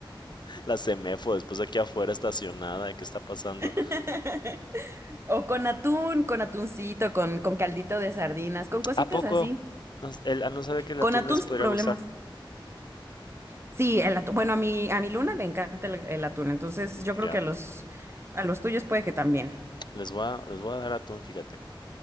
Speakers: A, on the left; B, on the right.
A: la Semefo después aquí afuera estacionada. ¿Qué está pasando?
B: <laughs> O con atún, con atuncito, con, con caldito de sardinas, con cositas
A: ¿A poco?
B: así.
A: No, s- él ah, no sabe que el
B: Con
A: atún
B: atún
A: les
B: sin
A: podría
B: problemas.
A: gustar.
B: Sí, el atún. Bueno, a mi, a mi Luna le encanta el, el atún, entonces yo
A: Ya,
B: creo que a los, a los tuyos puede que también.
A: les voy a, les voy a dar atún, fíjate,